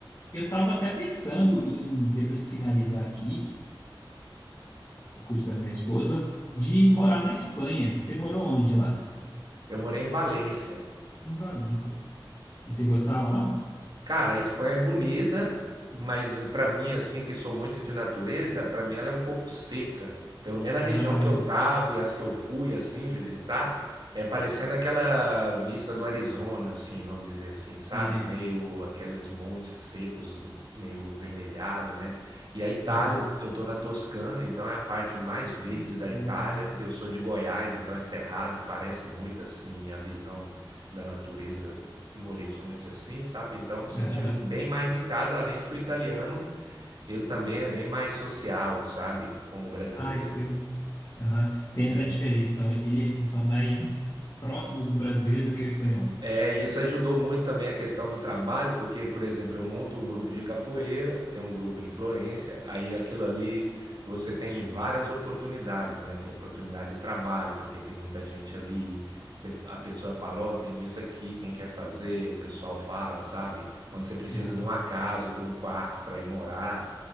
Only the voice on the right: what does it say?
Eu morei em Valência,
Cara, a Espanha é bonita, mas pra mim, assim, que sou muito de natureza, pra mim ela é um pouco seca. Pelo menos a
região que eu tava e as que eu fui, assim, visitar, é parecendo aquela vista do Arizona, assim, vamos dizer assim,
sabe? Meio aqueles montes secos, meio vermelhado, né? E a Itália,
eu, eu tô na Toscana, então é a parte mais verde
da
Itália. Eu sou de Goiás, então é cerrado, parece muito, assim, a visão da natureza no horizonte assim, sabe? Então sentimos
bem mais em casa, além de que o italiano, ele também é bem mais social, sabe? Como o brasileiro,
né?
É, e isso ajudou muito também a questão do trabalho, porque, por exemplo, eu monto um grupo de capoeira, tem um grupo em Florença, aí aquilo ali você tem várias oportunidades, né? Tem oportunidade de trabalho, porque tem muita gente ali, você- a pessoa fala, ó, tem isso aqui, quem quer fazer? O pessoal fala, sabe? Quando você precisa
de uma casa ou de um quarto para ir morar.